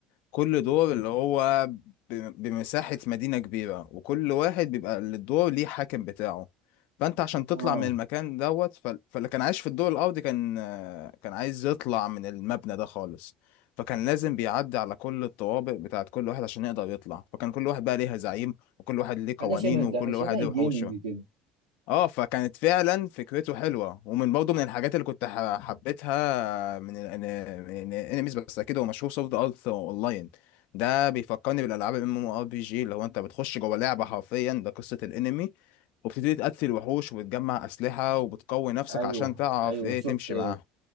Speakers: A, on the left (about 55°); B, on the right (about 80°).
A: كل دور اللي هو ب- بمساحة مدينة كبيرة وكل واحد بيبقى الدور ليه حاكم بتاعه فانت عشان تطلع
B: اه
A: من المكان دوت فال- فاللي كان عايش في الدور الارضي كان كان عايز يطلع من المبنى ده خالص فكان لازم بيعدي على كل الطوابق بتاعت كل واحد عشان يقدر يطلع فكان كل واحد بقى ليها زعيم وكل واحد ليه
B: حاجة
A: قوانينه
B: شبه ده
A: وكل
B: شبه
A: واحد
B: الجيمنج
A: ليه وحوشه
B: كده
A: اه فكانت فعلا فكرته حلوه ومن برضه من الحاجات اللي كنت ح- حبيتها من الانميز بس اكيد هو مشهور سورد ارت اونلاين ده بيفكرني بالالعاب الام ام ار بي جي اللي هو انت بتخش جوه لعبه حرفيا ده قصه الانمي وبتبتدي تقتل وحوش وبتجمع اسلحه وبتقوي نفسك
B: ايوه
A: عشان تعرف
B: ايوه
A: ايه
B: شفت
A: تمشي معاهم